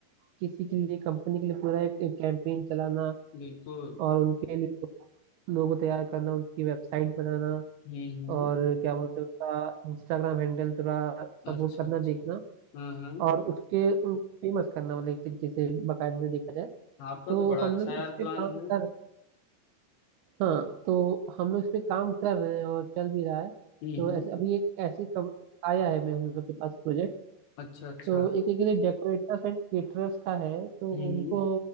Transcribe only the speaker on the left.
बिल्कुल
हम्म हम्म
अच्छा
अच्छा
हाँ हाँ
आपका
तो बड़ा
अच्छा
यार
प्लान
है
हुँ,
हुँ।
अच्छा, अच्छा।
हुँ,
हुँ।